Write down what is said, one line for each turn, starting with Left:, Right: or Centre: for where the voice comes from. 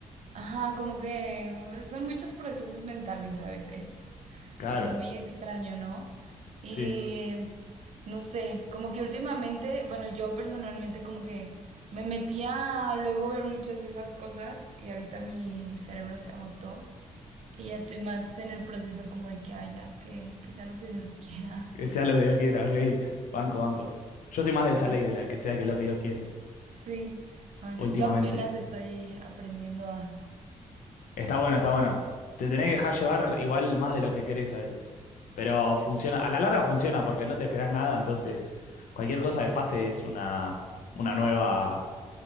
Right: Ajá, como que son muchos procesos mentales a veces. <laughs>
Left: Claro,
Right: Muy extraño, ¿no? Y
Left: sí.
Right: no sé, como que últimamente, bueno, yo personalmente como que me metía a luego ver muchas de esas cosas y ahorita mi cerebro se agotó y ya estoy más en el proceso como de que haya, que, que sea lo que Dios quiera.
Left: Que sea lo que Dios quiera, ok. Banco, banco. Yo soy
Right: Sí.
Left: más de esa ley, de la que sea que lo que Dios quiera,
Right: Sí, bueno,
Left: últimamente.
Right: yo apenas estoy aprendiendo a...
Left: Está bueno, está bueno. Te tenés que dejar llevar igual más de lo que querés a veces. Pero funciona, a la larga funciona porque no te esperás nada, entonces cualquier cosa que pase es una, una nueva